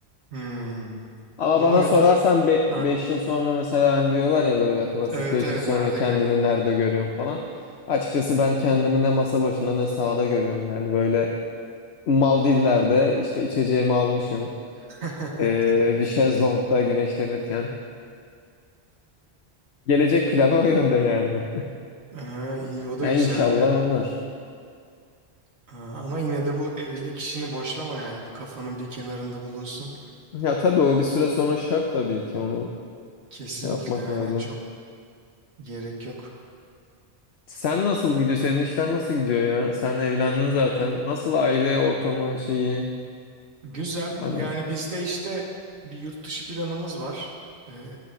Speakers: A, on the right; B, on the left.
A: Hmm.
B: Ama
A: Ama
B: bana
A: müdür.
B: sorarsan beş
A: Ha,
B: yıl sonra mesela hani diyorlar ya böyle klasik
A: evet
B: 5
A: evet
B: yıl sonra
A: nerede
B: kendini
A: görüyorsun?
B: nerede görüyorum falan. Açıkçası ben kendimi ne masa başında ne sahada görüyorum yani böyle Maldivler'de işte içeceğimi almışım.
A: <laughs>
B: Ee, bir şezlongda güneşlenirken. Gelecek planı o yönde yani. <laughs>
A: Aa, iyi o da
B: Ya
A: güzel
B: inşallah
A: ya.
B: olur.
A: Aa, ama yine de bu evlilik işini boşlama yani bir kafanın bir kenarında bulunsun.
B: Ya tabii o bir süre sonra şart tabii ki onu
A: Kesinlikle
B: şey yapmak
A: aynen
B: lazım.
A: çok gerek yok.
B: Sen nasıl gidiyor? Senin işler nasıl gidiyor ya? Sen evlendin zaten. Nasıl aile ortamı şeyi?
A: Güzel
B: Hani
A: yani bizde işte bir yurt dışı planımız var. Ee,